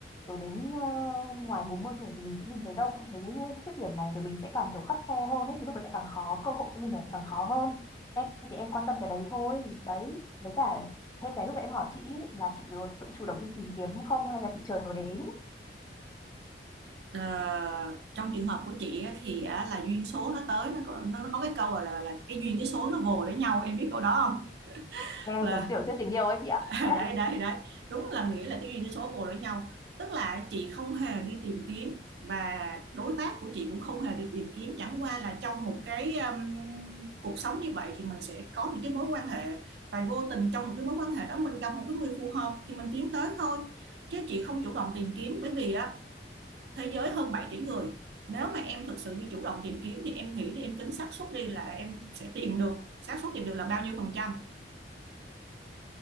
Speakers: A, on the left; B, on the right.
A: rồi đến uh, ngoài 40 tuổi thì mình sẽ nhìn thấy đâu cũng thấy những khuyết điểm này rồi mình sẽ càng kiểu khắt khe hơn ấy thì lúc đấy sẽ càng khó cơ hội cho mình là càng khó hơn em thì em quan tâm cái đấy thôi đấy với cả thêm cái lúc mà em hỏi chị ý, là chị tự chủ động đi tìm kiếm không hay là chị chờ nó đến
B: Ờ, trong trường hợp của chị á, thì á, là duyên số nó tới nó có, nó, nó có cái câu là, là là cái duyên cái số nó vồ lấy nhau em biết câu đó không
A: nghe
B: là
A: giống tiểu thuyết tình yêu ấy chị ạ
B: <laughs>
A: <laughs>
B: đấy đấy đấy đúng là nghĩa là cái duyên cái số vồ lấy nhau tức là chị không hề đi tìm kiếm và đối tác của chị cũng không hề đi tìm kiếm chẳng qua là trong một cái um, cuộc sống như vậy thì mình sẽ có những cái mối quan hệ và vô tình trong một cái mối quan hệ đó mình gặp một cái người phù hợp thì mình tiến tới thôi chứ chị không chủ động tìm kiếm bởi vì á thế giới hơn 7 tỷ người nếu mà em thực sự đi chủ động tìm kiếm thì em nghĩ thì em tính xác suất đi là em sẽ tìm được xác suất tìm được là bao nhiêu phần trăm